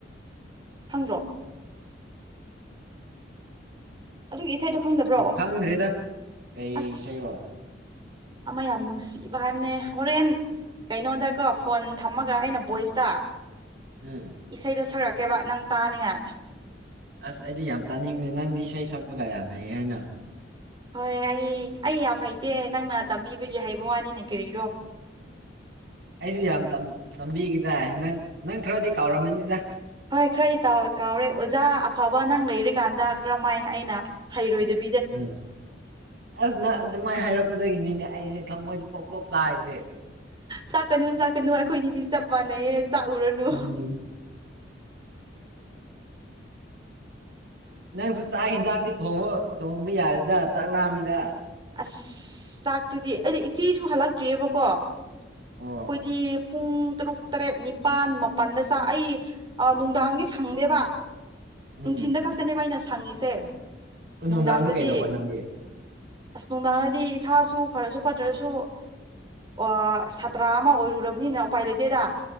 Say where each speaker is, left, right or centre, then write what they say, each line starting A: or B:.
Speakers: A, on the right; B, on the right.
A: ꯍꯪꯗ꯭ꯔꯣ ꯑꯗꯨꯒꯤ ꯏꯁꯩꯗꯣ ꯈꯪꯗꯕ꯭ꯔꯣ
B: ꯈꯪꯗ꯭ꯔꯦꯗ ꯀꯩ
A: ꯑꯁ
B: ꯏꯁꯩꯔꯣ
A: ꯑꯃ ꯌꯥꯝ ꯅꯨꯡꯁꯤ ꯚ ꯍꯥꯏꯕꯅꯦ ꯍꯣꯔꯦꯟ ꯀꯩꯅꯣꯗꯀꯣ ꯐꯣꯟ ꯊꯝꯃꯒ ꯑꯩꯅ ꯚꯣꯏꯁꯇ
B: ꯎꯝ
A: ꯏꯁꯩꯗꯣ ꯁꯛꯀꯦꯕ ꯅꯪ ꯇꯥꯅꯤꯉꯥꯏ
B: ꯑꯁ ꯑꯩꯗꯤ ꯌꯥꯝ ꯇꯥꯅꯤꯡꯕꯅꯦ ꯅꯪꯗꯤ ꯏꯁꯩ ꯁꯛꯄꯒ ꯌꯥꯝ ꯍꯩ ꯍꯥꯏꯅ
A: ꯍꯣꯏ ꯑꯩ ꯑꯩ ꯌꯥꯝ ꯍꯩꯇꯦ ꯅꯪꯅ ꯇꯝꯕꯤꯕꯒꯤ ꯍꯩꯕ ꯋꯥꯅꯤꯅꯦ ꯀꯔꯤ
B: ꯑꯩꯁꯨ ꯌꯥꯝ ꯇꯝꯕꯤ ꯌꯥꯏ ꯅꯪ ꯅꯪ ꯈꯔꯗꯤ ꯀꯥꯎꯔꯝꯃꯅꯤꯗ
A: ꯍꯣꯏ ꯈꯔꯗꯤ ꯀꯥꯎꯔꯦ ꯑꯣꯖꯥ ꯑꯐꯕ ꯅꯪ ꯂꯩꯔꯤꯀꯥꯟꯗ ꯀꯔꯝꯍꯥꯏꯅ ꯑꯩꯅ ꯍꯩꯔꯣꯏꯗꯣꯏ
B: ꯎꯝ ꯑꯁ ꯅ ꯑꯗꯨꯃꯥꯏꯅ ꯍꯥꯏꯔꯛꯄꯗꯒꯤꯅꯤꯅꯦ ꯑꯩꯁꯦ ꯊꯃꯣꯏꯁꯦ ꯄ꯭ꯔꯣꯛꯇꯣꯛ ꯆꯥꯔꯤꯁꯦ
A: ꯆꯥꯛꯀꯅꯨ ꯆꯥꯛꯀꯅꯨ ꯑꯩꯈꯣꯏꯅꯤꯗꯤ ꯆꯞ ꯃꯥꯟꯅꯩꯌꯦ ꯇ ꯎꯔꯅ
B: ꯎꯝ ꯅꯪꯁꯨ ꯆꯥꯛ ꯌꯦꯟꯁꯥꯡꯗꯤ ꯊꯣꯡꯉꯨ ꯊꯣꯡꯕ ꯌꯥꯔꯦꯗ ꯆꯥꯛ ꯂꯥꯑꯝꯃꯤꯗ
A: ꯑꯁ ꯆꯥꯛꯇꯨꯗꯤ ꯑꯩꯗꯤ ꯏꯆꯦꯁꯨ ꯍꯜꯂꯛꯇ꯭ꯔꯤꯑꯕꯀꯣ ꯑꯩꯈꯣꯏꯗꯤ
B: ꯑꯣ
A: ꯄꯨꯡ ꯇꯔꯨꯛ ꯇꯔꯦꯠ ꯅꯤꯄꯥꯜ ꯃꯥꯄꯜꯗ ꯆꯥꯛ ꯑꯩ ꯅꯨꯡꯗꯥꯡꯗꯤ ꯁꯪꯗꯦꯕ
B: ꯎꯝ
A: ꯅꯨꯡꯊꯤꯟꯗ ꯈꯛꯇꯅꯦꯕ ꯑꯩꯅ ꯁꯪꯉꯤꯁꯦ
B: ꯅꯨꯡꯗꯥꯡꯗ
A: ꯅꯨꯡꯗꯥꯡꯗꯗꯤ
B: ꯀꯩ ꯇꯧꯕ ꯅꯪꯒꯦ
A: ꯑꯁ ꯅꯨꯡꯗꯥꯡꯉꯗꯤ ꯏꯁꯥꯁꯨ ꯐꯔꯁꯨ ꯐꯠꯇ꯭ꯔꯁꯨ ꯑꯣ ꯁꯥꯇ꯭ꯔ ꯑꯃ ꯑꯣꯏꯔꯨꯔꯕꯅꯤꯅ ꯎꯄꯥꯏ ꯂꯩꯇꯦꯗ